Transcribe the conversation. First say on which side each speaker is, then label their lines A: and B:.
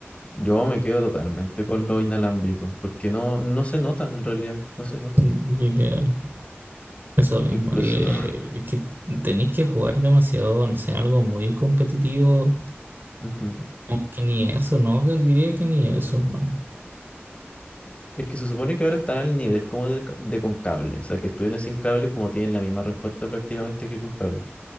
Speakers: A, on the left (about 30°); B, on the right (about 50°).
A: Yo me quedo totalmente con lo inalámbrico, porque no, no se nota en realidad, no se nota.
B: literal. Eso mismo,
A: Incluso,
B: y, eh,
A: <laughs>
B: es que tenéis que jugar demasiado, no sé, algo muy competitivo,
A: ujú.
B: que ni eso, ¿no? Que Diría que ni eso, hermano.
A: Es que se supone que ahora están al nivel como de, ca- de con cable, o sea, que estuviesen sin cable como tienen la misma respuesta prácticamente que con cable.